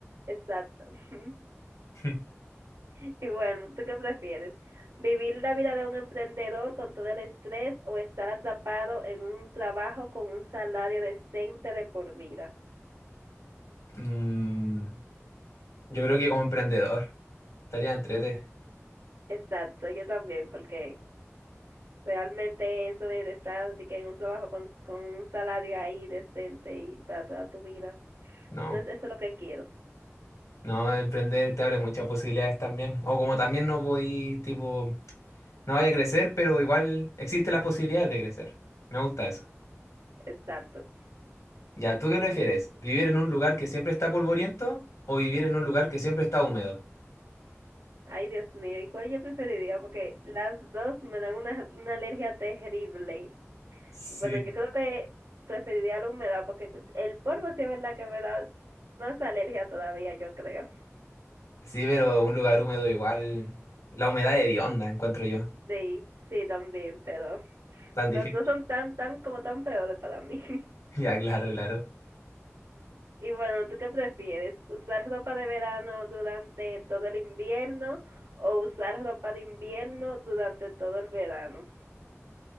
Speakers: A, on the right; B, on the left.
A: Exacto. <laughs>
B: <laughs>
A: Y bueno, ¿tú qué prefieres? ¿Vivir la vida de un emprendedor con todo el estrés o estar atrapado en un trabajo con un salario decente de por vida?
B: Mm, yo creo que como emprendedor estaría entrete.
A: Exacto, yo también, porque realmente eso de, de estar de que en un trabajo con, con un salario ahí decente y para toda tu vida,
B: No,
A: no es eso lo que quiero.
B: no, emprender te abre muchas posibilidades también. O como también no voy, tipo, no vaya a crecer, pero igual existen las posibilidades de crecer. Me gusta eso.
A: Exacto.
B: Ya, ¿tú qué prefieres? ¿Vivir en un lugar que siempre está polvoriento o vivir en un lugar que siempre está húmedo?
A: Ay, Dios mío, ¿y cuál yo preferiría? Porque las dos me dan una, una alergia terrible.
B: Sí.
A: Bueno, yo creo que preferiría la humedad porque el polvo sí es verdad que me da más alergia todavía, yo creo.
B: Sí, pero un lugar húmedo igual, la humedad hedionda, encuentro yo.
A: Sí, sí, también, pero
B: Tan
A: los
B: difícil.
A: dos son tan, tan, como tan peores para mí. <laughs>
B: <laughs> Ya, claro, claro.
A: Y bueno, ¿tú qué prefieres? ¿Usar ropa de verano durante todo el invierno o usar ropa de invierno durante todo el verano?